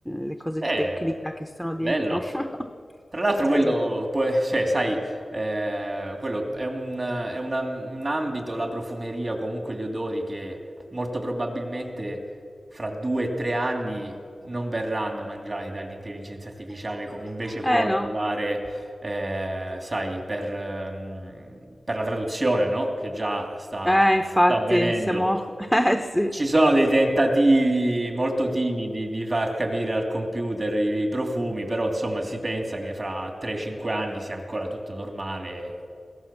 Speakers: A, in the centre; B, on the right.
A: le cose
B: beh,
A: tecniche che sono
B: bello.
A: dietro. <laughs>
B: Tra l'altro
A: Sì,
B: quello, può- cioè, sai, eh, quello è un, è una- un ambito, la profumeria, comunque gli odori che molto probabilmente fra due o tre anni non verranno mangiati dall'intelligenza artificiale come invece può
A: eh
B: arrivare
A: no,
B: ehm, sai, per, ehm, per la traduzione, no, che già sta,
A: eh infatti
B: sta avvenendo.
A: siamo, <laughs> eh sì,
B: Ci sono dei tentativi molto timidi di far capire al computer i, i profumi, però insomma si pensa che fra 3-5 anni sia ancora tutto normale